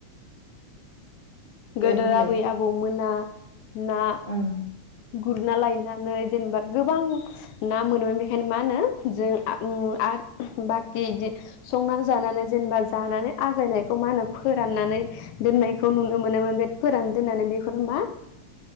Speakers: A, on the right (about 25°); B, on the left (about 80°).
A: दे
B: गोदो
A: बुंलाय
B: आबै आबौमोना ना
A: ओं
B: गुरना लायना नै जेनेबा गोबां ना मोनोमोन बेनिखायनो मा होनो जो आ आ बाकि बिदि संना जानानै जेनेबा जानानै आग्लायनायखौ मा होनो फोराननानै दोननायखौ नुनो मोनोमोन बे फोरान दोननानै बेखौनो मा